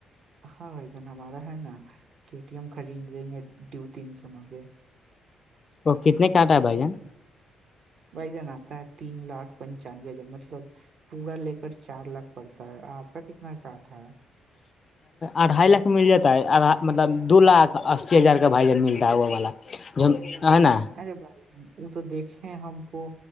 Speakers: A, on the right (about 60°); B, on the left (about 40°).
A: ہاں بھائی جان ہمارا ہے نا کے ٹی ایم خرید لیں گے دو تین سو نبے
B: تو کتنے کا آتا ہے بھائی جان
A: بھائی جان آتا ہے تین لاکھ پنچانوے ہزار مطلب پورا لے کر چار لاکھ پڑتا ہے آپ کا کتنا کا آتا ہے
B: اٹھائے لاکھ مل جاتا مطلب دو لاکھ اسی ہزار کا بھائی جان ملتا ہے ہو والا جو ہے نا
A: ارے بھائی جان وہ تو دیکھے ہم کو